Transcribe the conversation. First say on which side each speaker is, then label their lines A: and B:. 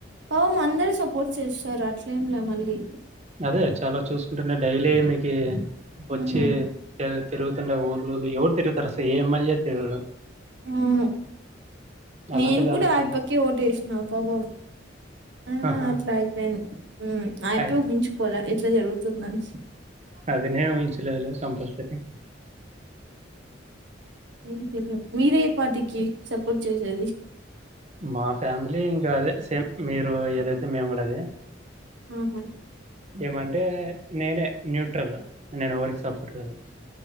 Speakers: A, on the right; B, on the right.
A: ఓ మందరు సపోర్ట్ చేస్తారు అట్లే ఏం లే మళ్ళీ
B: అదే చాలా చూసుకుంటాండే డైలీ మీకి
A: హ్మ్.
B: వచ్చి తి తిరుగుతుండే ఊర్లూళ్లు, ఎవరు తరుగుతారసలు ఏ ఎం ఎల్ తిగుడు.
A: అవును నేను
B: అలాంటిది
A: కూడా
B: అలా
A: ఆయప్పకే ఓటు వేసినా పావం. ఐనా
B: ఆహా!
A: అట్ల అయిపోయింది, ఉమ్ ఆయప్పే
B: అయ్
A: ఊహించుకోల ఇట్ల జరుగుతుందని
B: అదేనే ఊహించలేదులే కంపల్సరి.
A: ఉమ్ సర్లే మీరే పార్టీకి సపోర్ట్ చేసేది?
B: మా ఫ్యామిలీ ఇంకా అదే సేమ్, మీరు ఏదైతే మేం కూడా అదే
A: ఉహు
B: ఏమంటే నేనే న్యూట్రల్, నేను ఎవరికి సపోర్ట్ కాదు.